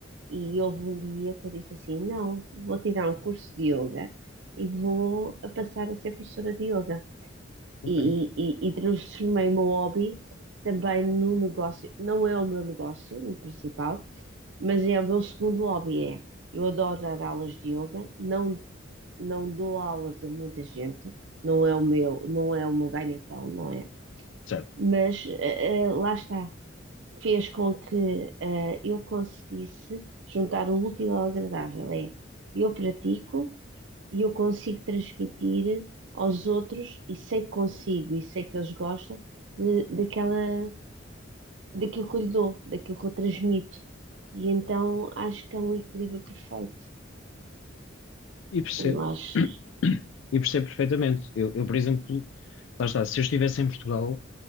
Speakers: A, on the right; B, on the left.
A: e houve um dia que eu disse assim: não, vou tirar um curso de yoga e vou a passar a ser professora de yoga.
B: Ok,
A: E, e, e- e transformei o meu hobby também num negócio. Não é o meu negócio principal, mas é o meu segundo hobby. É, eu adoro dar aulas de yoga, não, não dou aulas a muita gente, não é o meu, não é o meu ganha-pão, não é?
B: certo.
A: Mas eh, eh, lá está fez com que eh, eu conseguisse juntar o útil ao agradável. É, eu pratico e eu consigo transmitir aos outros e sei que consigo e sei que eles gostam de- daquela, daquilo que eu lhe dou, daquilo que eu transmito. E então acho que é um equilíbrio perfeito.
B: E percebo,
A: Eu acho.
B: <coughs> <clears throat> e percebo perfeitamente. Eu, eu, por exemplo, lá está, se eu estivesse em Portugal,